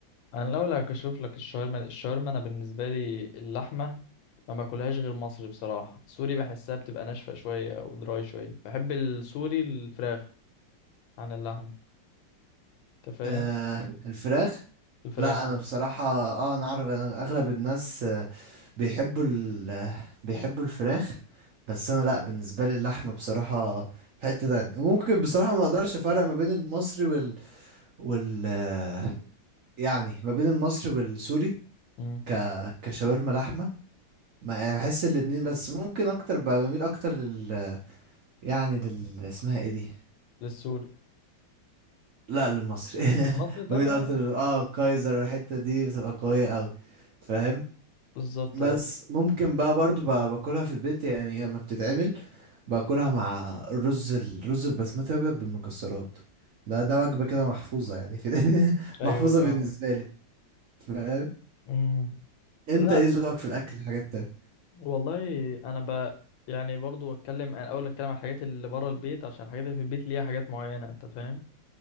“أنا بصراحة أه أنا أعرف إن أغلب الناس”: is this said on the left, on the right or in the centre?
Right